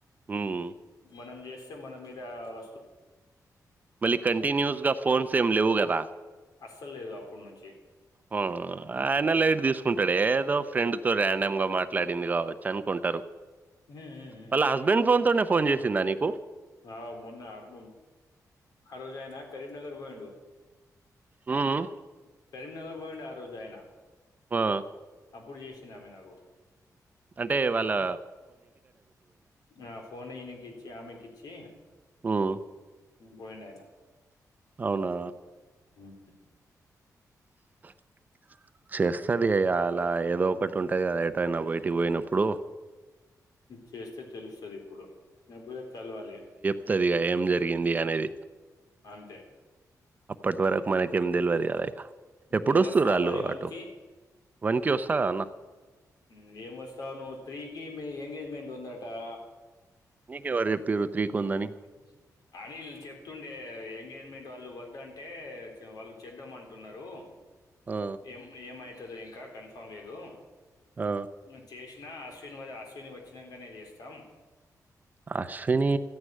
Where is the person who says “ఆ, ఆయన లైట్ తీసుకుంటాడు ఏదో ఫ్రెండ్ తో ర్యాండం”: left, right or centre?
Right